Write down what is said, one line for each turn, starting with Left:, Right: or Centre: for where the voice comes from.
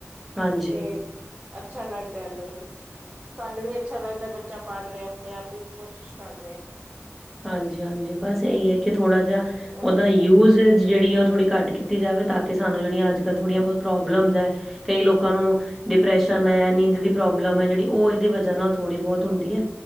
Centre: ਹਾਂਜੀ
Right: ਤੇ ਅੱਛਾ ਲੱਗਦੈ ਏਨੂੰ ਵੀ ਸਾਨੂੰ ਵੀ ਅੱਛਾ ਲੱਗਦਾ ਬੱਚ ਚ ਪਾਟ ਰੇਆ ਅਪਣੇ ਆਪ ਈ ਕੋਸ਼ਿਸ਼ ਕਰ ਰਿਆ
Centre: ਹਾਂਜੀ-ਹਾਂਜੀ ਬਸ ਏਈ ਏ ਕਿ ਥੋੜਾ ਜਾ
Right: ਬਸ
Centre: ਵਦਾਈ ਯੂਜ ਜੇੜੀ ਆ ਔ ਥੋੜ੍ਹੀ ਕੱਟ ਕੀਟੀ ਜਾਵੇ ਤਾਂ ਕਿ ਸਾਨੂੰ ਜੇਹੜੀਆਂ ਅੱਜੱ -ਕਲ੍ਹ ਥੋੜੀਆਂ ਬੋਤ ਪ੍ਰੋਬਲਮਜ਼ ਹੈ ਕਈ ਲੋਕਾਂ ਨੂੰ ਡਿਪ੍ਰੈਸ਼ਨ ਐ, ਨੀਂਦ ਦੀ ਪ੍ਰੋਬਲਮ ਐ ਜੇਹੜੀ ਔ ਐਦੀ ਵਜ੍ਹਾ ਨਾਲ ਥੋੜ੍ਹੀ ਬੋਤ
Right: ਹਾਂ
Centre: ਹੋਲ ਦੀ ਏ